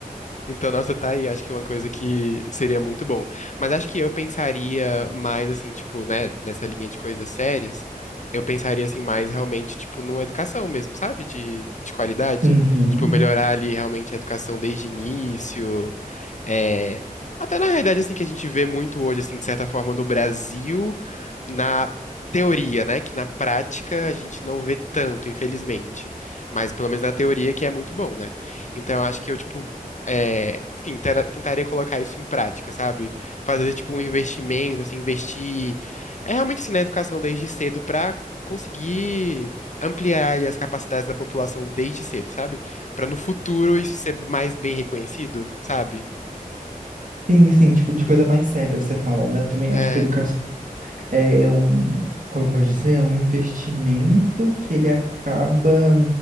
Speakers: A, on the left (about 55°); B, on the right (about 60°).
A: Então, nossa, tá aí. Acho que é uma coisa que seria muito bom. Mas acho que eu pensaria mais, assim, tipo, né, nessa linha de coisas sérias. Eu pensaria, assim, mais realmente, tipo, numa educação mesmo, sabe? De, de qualidade.
B: Uhum.
A: Tipo, melhorar ali realmente a educação desde o início. É, até na realidade, assim, que a gente vê muito hoje, assim, de certa forma, no Brasil, na teoria, né? Que na prática a gente não vê tanto, infelizmente. Mas pelo menos na teoria que é muito bom, né? Então eu acho que eu, tipo, é, enfim, tera- tentaria colocar isso em prática, sabe? Fazer, tipo, um investimento, assim, investir é realmente assim, na educação desde cedo pra conseguir ampliar ali, as capacidades da população desde cedo, sabe? Pra no futuro isso ser mais bem reconhecido, sabe?
B: Sim, sim, tipo, de coisa mais séria você fala, né? Eu também acho
A: É.
B: que educação é um, como eu posso dizer, é um investimento que ele acaba,